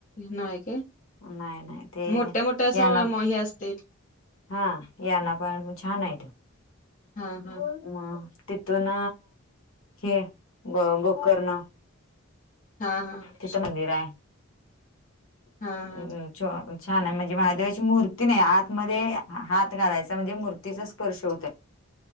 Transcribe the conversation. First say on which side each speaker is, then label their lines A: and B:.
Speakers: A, on the left; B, on the left.
A: नाही का
B: नाही नाही ते
A: मोठ्या मोठ्या असं
B: याना
A: हे असतय.
B: हा या ना पण छान आहेत.
A: हा
B: अं
A: हा
B: तिथून हे ग गोकर्ण.
A: हा हां
B: तचं मंदिर आहे <unintelligible>
A: हा हा
B: छान आहे म्हणजे महादेवाची मूर्ती नाही आतमध्ये हात घालायचा म्हणजे मूर्तीचा स्पर्श होतय.